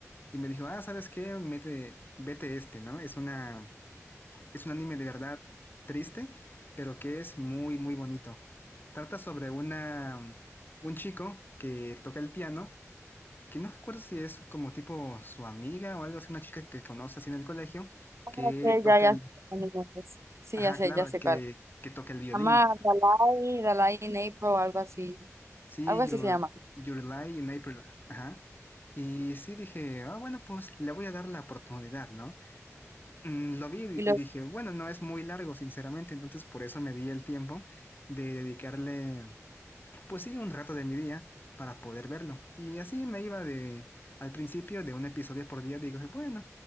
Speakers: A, on the left (about 40°); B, on the right (about 60°).
A: Y me dijo, ah, ¿sabes qué? Mete, vete este, ¿no? Es una, es un anime de verdad triste, pero que es muy, muy bonito. Trata sobre una, un chico que toca el piano, que no recuerdo si es como tipo su amiga o algo así, una chica que conoce así en el colegio,
B: Como
A: que
B: que
A: toca
B: ya, ya,
A: el,
B: animales. Sí,
A: ajá,
B: ya sé,
A: claro,
B: ya sé
A: que,
B: cuál.
A: que toca el violín.
B: Se llama Dalai, Dalai in April, algo así.
A: Sí,
B: Algo así
A: Your,
B: se llama.
A: Your Lie in April, ajá. Y sí dije, ah, bueno, pues le voy a dar la oportunidad, ¿no? Mm, lo vi
B: Y los
A: y dije, bueno, no es muy largo, sinceramente, entonces por eso me di el tiempo de dedicarle pues sí, un rato de mi día para poder verlo. Y así me iba de, al principio de un episodio por día, digo, bueno,